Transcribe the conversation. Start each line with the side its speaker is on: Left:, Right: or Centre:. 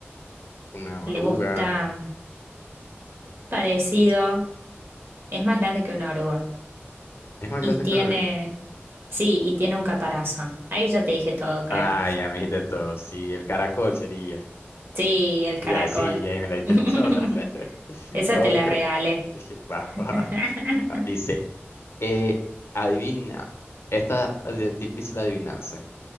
Left: Una
Right: le
Left: oruga.
Right: gusta mm, parecido. Es más grande que una oruga
Left: Es más
Right: y
Left: grande
Right: tiene,
Left: que una oruga.
Right: sí, y tiene un caparazón. Ahí ya te dije todo, creo.
Left: Ah, ya me dijiste todo. Sí, el caracol sería.
Right: Sí, el caracol.
Left: Ya, sí, ya me la dijiste
Right: <laughs>
Left: toda. <laughs>
Right: Esa
Left: Ok.
Right: te la regalé.
Left: Dije,
Right: <laughs>
Left: va, va. Ah, Dice, eh, adivina, esta de- difícil adivinanza.